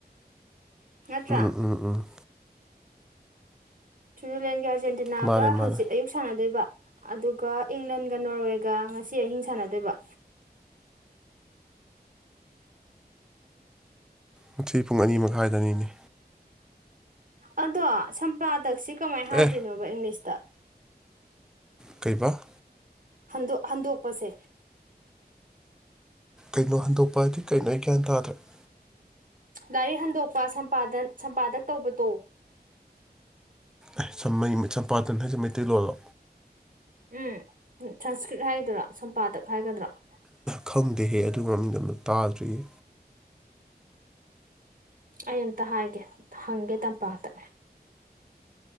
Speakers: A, on the right; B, in the centre.
A: ꯅꯠꯇ꯭ꯔꯥ
B: ꯎꯝ ꯎꯝ ꯎꯝ
A: ꯁꯨꯏꯖꯔꯂꯦꯟꯒ ꯑꯥꯔꯖꯦꯟꯇꯤꯅꯥꯒ
B: ꯃꯥꯅꯦ ꯃꯥꯅꯦ
A: ꯍꯪꯆꯤꯠ ꯑꯌꯨꯛ ꯁꯥꯟꯅꯗꯣꯏꯕ ꯑꯗꯨꯒ ꯏꯪꯂꯦꯟꯒ ꯅꯣꯔꯋꯦꯒ ꯉꯁꯤ ꯑꯍꯤꯡ ꯁꯥꯟꯅꯗꯣꯏꯕ
B: ꯉꯁꯤ ꯄꯨꯡ ꯑꯅꯤ ꯃꯈꯥꯏꯗꯅꯤꯅ‌ꯦ
A: ꯑꯗꯣ ꯁꯝꯄ꯭ꯔꯗꯛꯁꯤ ꯀꯃꯥꯏꯅ ꯍꯥꯏꯗꯣꯏꯅꯣꯕ
B: ꯑꯦ
A: ꯏꯪꯂꯤꯁꯇ
B: ꯀꯩꯕ
A: ꯍꯟꯗ‌ꯣꯛ ꯍꯟꯗꯣꯛꯄꯁꯦ
B: ꯀꯩꯅꯣ ꯍꯟꯗꯣꯛꯄ ꯍꯥꯏꯗꯤ ꯀꯩꯅꯣ ꯑꯩ ꯒ꯭ꯌꯥꯟ ꯇꯥꯗ꯭ꯔ‌ꯦ
A: ꯗꯥꯏꯔ‌ꯦꯛ ꯍꯟꯗꯣꯛꯄ ꯁꯝꯄꯥꯗꯟ ꯁꯝꯄꯥꯗꯛ ꯇꯧꯕꯗ‌ꯣ
B: ꯑꯦ ꯁꯃꯩ ꯆꯝꯄꯥꯗꯟ ꯍꯥꯏꯁꯦ ꯃꯩꯇꯩꯂꯣꯟꯂꯣ
A: ꯎꯝ ꯁꯪꯁꯀ꯭ꯔꯤꯠ ꯍꯥꯏꯒꯗꯔ‌ꯣ ꯁꯝꯄꯥꯗꯛ ꯍꯥꯏꯒꯗꯔ‌ꯣ
B: ꯈꯪꯗꯦꯍꯦ ꯑꯗꯨ ꯃꯃꯤꯡꯗ‌ꯣ ꯑꯃꯨꯛꯇ ꯇꯥꯗ꯭ꯔꯤꯌꯦ
A: ꯑꯩ ꯑꯃꯝꯇ ꯍꯥꯏꯒꯦ ꯍꯪꯒꯦ ꯇꯝꯄꯥꯛꯇ